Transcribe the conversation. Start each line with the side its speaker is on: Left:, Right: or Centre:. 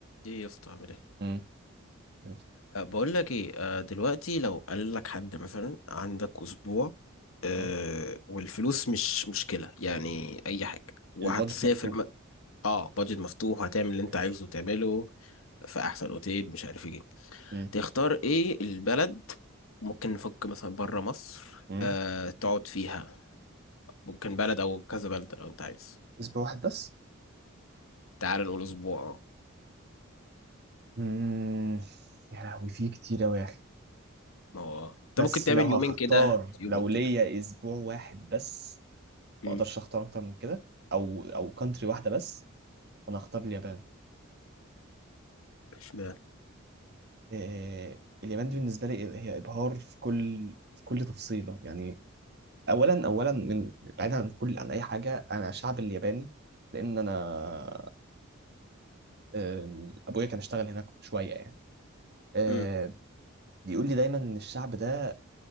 Left: ايه يا اسطى عامل ايه
Right: امم يس.
Left: أه بقول لك ايه أه دلوقتي لو قال لك حد مثلا عندك اسبوع أه
Right: اه
Left: والفلوس مش مشكله يعني اي حاجه وهتسافر
Right: البادجت مفتوح
Left: م... اه بادجت مفتوح هتعمل اللي انت
Right: ماشي
Left: عايزه تعمله في احسن اوتيل مش عارف ايه
Right: امم
Left: تختار ايه البلد ممكن نفك مثلا بره مصر
Right: امم
Left: أه تقعد فيها ممكن بلد او كذا بلد لو انت عايز
Right: اسم واحد بس
Left: تعال نقول اسبوع اه
Right: امم يا لهوي في كتير أوي يا اخي
Left: ما هو انت
Right: بس
Left: ممكن تعمل
Right: لو هختار
Left: يومين كده يومين
Right: لو
Left: كده
Right: ليا اسبوع واحد بس
Left: امم
Right: ما اقدرش اختار اكتر من كده او او كونتري واحده بس انا هختار اليابان
Left: اشمعنى
Right: إيه اليابان دي بالنسبه لي هي ابهار في كل في كل تفصيله يعني اولا اولا من بعيدا عن كل عن اي حاجه انا شعب الياباني لان انا أم، ابويا كان اشتغل هناك شويه يعني آه،
Left: مم.
Right: بيقول لي دايما ان الشعب ده